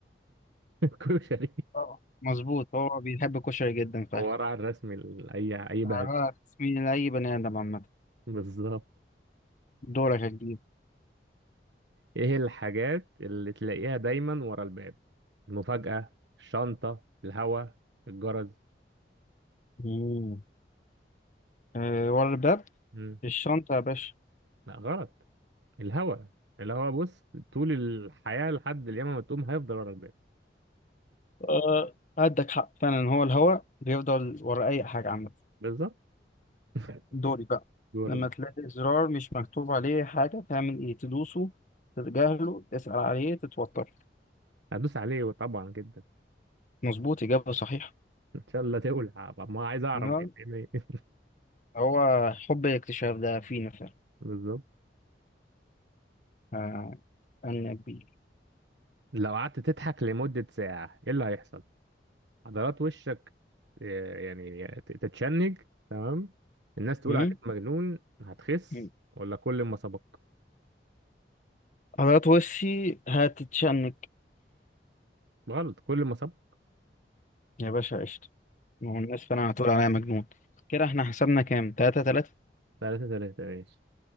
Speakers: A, on the right; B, on the left.
A: <laughs> كشري
B: طبعا مظبوط هو بيحب الكشري جدا فعلا
A: هو ورا الرسم ال- اي اي بهجة
B: عبارة تسمين لاي بني ادم عامه
A: بالظبط
B: دورك يا كبير
A: ايه الحاجات اللي تلاقيها دايما ورا الباب المفاجأة الشنطة الهوا الجرس
B: مم. أه ورا الباب
A: مم.
B: في الشنطه يا باشا
A: لا غلط الهوا الهوا بص طول الحياة لحد اليوم ما تقوم هيفضل ورا الباب
B: أه عندك حق فعلا هو الهوا بيفضل ورا اي حاجه عامه
A: بالظبط <laughs>
B: دوري بقى
A: ورا
B: لما
A: الباب
B: تلاقي زرار مش مكتوب عليه حاجه تعمل ايه تدوسه تتجاهله تسأل عليه تتوتر
A: هدوس عليه طبعا جدا
B: مظبوط اجابه صحيحه
A: ان شاء الله تولع طب ما عايز اعرف
B: أيوة،
A: <laughs> إيه- إيه- إيه.
B: هو حب الاكتشاف ده فينا فعلا
A: <laughs> بالظبط
B: آه، أنا بيه
A: لو قعدت تضحك لمدة ساعة ايه اللي هيحصل عضلات وشك آه، يعني ت- تتشنج تمام الناس تقول
B: مم؟
A: عليك مجنون هتخس
B: مم.
A: ولا كل ما سبق
B: حضرات وشي هتتشنج
A: غلط كل ما سبق
B: يا باشا قشطة ما هو الناس فعلا هتقول عليا مجنون كده احنا حسبنا كام تلاتة تلاتة
A: ثلاثة ثلاثة ماشي